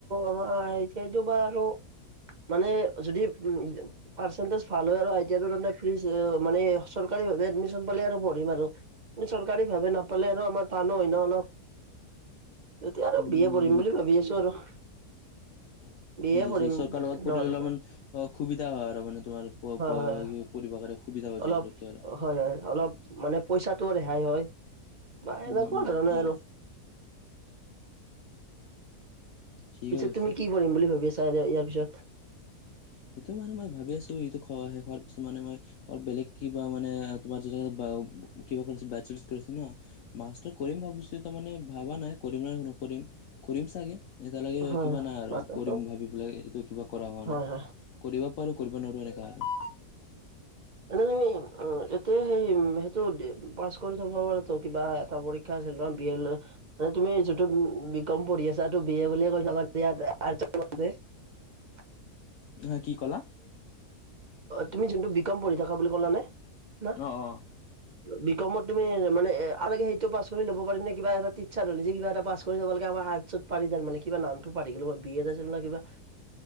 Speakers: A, on the right; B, on the left.
A: আমাৰ আইটিআইটো বা আৰু <unintelligible> মানে যদি উ <unintelligible> পাৰ্চেণ্টিছ ভাল হয় আৰু আইটিআইটো ফিজ মানে চৰকাৰীভাৱে এডমিন পালে আৰু পঢ়িম আৰু। <unintelligible> চৰকাৰীভাৱে নাপালে আৰু আমাৰ টানো হয় ন অলপ। <unintelligible> এতিয়া আৰু
B: উম
A: বিএ পঢ়িম বুলি ভাবি আছো আৰু। <unintelligible>
B: উ <unintelligible>
A: বি
B: বুজিছে
A: এ পঢ়িম
B: চৰকাৰৰ লগত
A: নহ'লে
B: পৰি ললে অলপমান
A: হয়,
B: <unintelligible> সুবিধা হয় আৰু মানে তোমাৰ এ
A: হয়,
B: পঢ়িব <unintelligible>
A: অলপ
B: আৰু তেতিয়া আৰু
A: হয়-হয় অলপ মানে পইচাটোও ৰেহাই হয়। <unintelligible> <unintelligible> প্ৰায়
B: উম
A: এনেকুৱা
B: উম
A: ধৰণে
B: ঠিক
A: আৰু।
B: আছে ঠিকে
A: পিছে
B: কৈছা
A: তুমি কি কৰিম বুলি ভাবি আছা ইয়াৰ পিছত? <unintelligible>
B: সেইটো মানে মই ভাবি আছো এইটো শেষ হোৱাৰ পিছত মানে মই <unintelligible> বেলেগ কিবা মানে তোমাৰ যেনেকে <unintelligible> কিবা কৰিছে <unintelligible> কৰিছে ন মাছটো কৰিম ভাবিছো তাৰ মানে ভাবা নাই কৰিম না নকৰিম কৰিম চাগে <unintelligible> এতিয়ালৈকে
A: হয়,
B: কিবা নাই আৰু
A: মাষ্টাৰ
B: কৰিম ভাবি পেলাই এইটো কিবা কৰা হোৱা
A: হয়।
B: নাই। <unintelligible>
A: হয়।
B: কৰিব পাৰোঁ, কৰিব নোৱাৰোঁ এনেকুৱা আৰু। <inaudible>
A: এনেই উম তুমি এতিয়া সেই সেইটো পাছ কৰি থকা কিবা এটা পৰী <unintelligible> পৰীক্ষা আছিল তোমাৰ বিএলৰ <unintelligible> মানে তুমি যিটো বিকম পঢ়ি আছা সেইটো বিএ বুলি কৈ <unintelligible> ইয়াত আৰ্টছত পঢ়া যে <unintelligible>
B: <unintelligible>
A: <unintelligible>
B: হা কি ক'লা
A: তুমি যোনটো বিকম পঢ়ি থকা বুলি ক'লা নে? ন <inaudible>
B: অ অ
A: বিকমত তুমি মানে আগতে সেইটো পাছ কৰি লব পাৰিম নে কিবা এটা ট্ৰিচাৰ হলে কিবা এটা পাছ <unintelligible> কৰি ল'ব লাগে আমাৰ আৰ্টছত পাৰি তাৰমানে কিবা নামটো পাৰি গলো মই কিবা বিএড আছিল না কিবা <unintelligible>